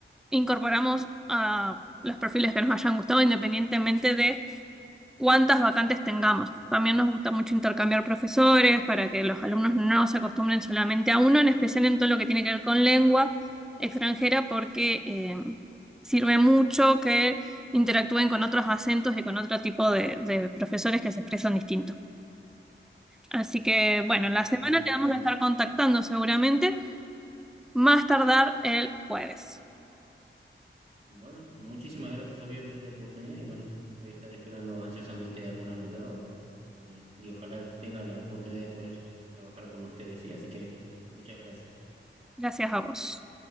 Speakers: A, in the centre; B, on the right (about 30°).
A: incorporamos a los perfiles que nos hayan gustado, independientemente de cuántas vacantes tengamos. También nos gusta mucho intercambiar profesores para que los alumnos no se acostumbren solamente a uno, en especial en todo lo que tiene que ver con lengua extranjera, porque eh, sirve mucho que interactúen con otros acentos y con otro tipo de, de profesores que se expresan distintos. Así que, bueno,
B: totalmente
A: en la semana
B: de acuerdo.
A: te vamos a estar contactando seguramente, más tardar el jueves.
B: Bueno, muchísimas gracias Sofía por esta oportunidad y bueno, voy a estar esperando ansiosamente alguna novedad o, eh, y ojalá tenga la oportunidad de poder trabajar con ustedes, sí, así que muchas gracias.
A: Gracias a vos.